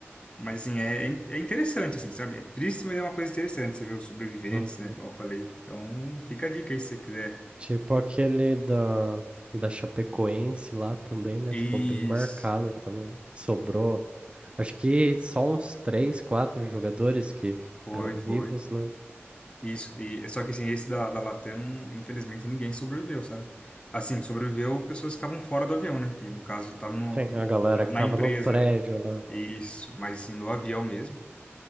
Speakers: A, on the left; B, on the right.
A: Mas, assim, é, é interessante, assim, sabe? É triste, mas é uma coisa interessante. Você vê os sobreviventes,
B: uhum.
A: né? Igual eu falei. Então, fica a dica aí se você quiser.
B: Tipo aquele da, da Chapecoense lá também, né?
A: Isso.
B: Ficou bem marcado também. Sobrou, acho que só uns três, quatro jogadores que ficaram
A: Foi, foi.
B: vivos, né?
A: Isso. E, é só que, assim, esse da, da Latam, não- infelizmente, ninguém sobreviveu, sabe? Assim, sobreviveu pessoas que estavam fora do avião, né? Que, no caso, estavam no-
B: Tem a galera
A: na,
B: que
A: na
B: tava
A: empresa,
B: no prédio
A: né?
B: lá.
A: Isso. Mas, assim, no avião mesmo,